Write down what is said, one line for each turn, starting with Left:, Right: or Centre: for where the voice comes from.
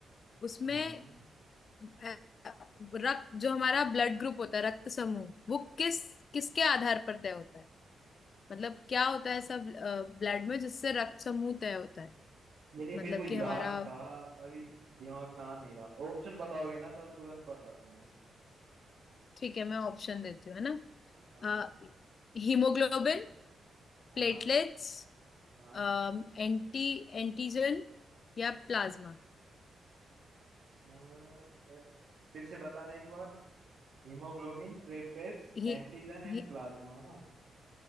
Left: उसमें
Right: हाँ
Left: अ, रक्त जो हमारा ब्लड ग्रुप होता है रक्त समूह वो किस किसके आधार पर तय होता है मतलब क्या होता है ऐसा ब्लड में जिससे रक्त समूह तय होता है
Right: यार ये मेरे
Left: मतलब
Right: को याद
Left: कि हमारा
Right: था अभी दिमाग में आ नहीं रहा ऑप्शन बताओगे ना तो मैं तुरंत बता दूंगा
Left: ठीक है मैं ऑप्शन देती हूँ है ना
Right: हाँ
Left: हीमोग्लोबिन
Right: हाँ
Left: प्लेटलेट्स
Right: हाँ
Left: एंटी एंटीजन या प्लाज्मा
Right: हाँ, यार फिर से बताना एक बार Haemoglobin platelets
Left: ये
Right: antigen and
Left: ये
Right: plasma ना।